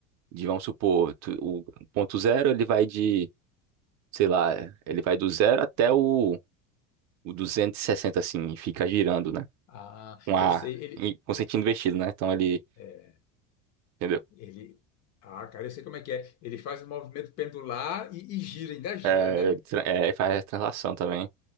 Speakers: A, on the right; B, on the left.
A: de vamos supor, tu- o ponto zero, ele vai de, sei lá, ele vai do zero até o, o 260 assim, e fica girando, né?
B: ah,
A: Com
B: eu
A: a,
B: sei, ele,
A: e- com
B: é,
A: sentido invertido, né? Então ele,
B: é,
A: entendeu?
B: ele, ah, cara, eu sei como é que é. Ele faz o movimento pendular e, e gira, ainda gira,
A: É,
B: né?
A: ele tra- é, ele faz translação também.